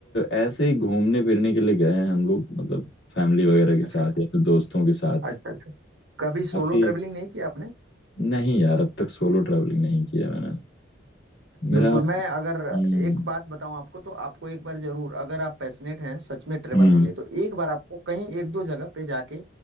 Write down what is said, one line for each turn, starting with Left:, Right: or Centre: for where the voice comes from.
Left: ऐसे ही घूमने फिरने के लिए गए हैं हम लोग मतलब फैमिली वगैरह के साथ
Right: अच्छा अच्छा
Left: या फिर दोस्तों के साथ
Right: अच्छा अच्छा कभी
Left: बाकी
Right: सोलो ट्रेवलिंग नहीं किया आपने
Left: नहीं यार अब तक सोलो ट्रैवलिंग नहीं किया मैंने मेरा
Right: बिल्कुल मैं अगर
Left: हम्म
Right: एक बात बताऊं आपको तो आपको एक बार जरूर अगर आप पैशनेट हैं सच में ट्रेवल
Left: हम्म
Right: के लिए तो एक बार आपको कहीं एक दो जगह पे जाके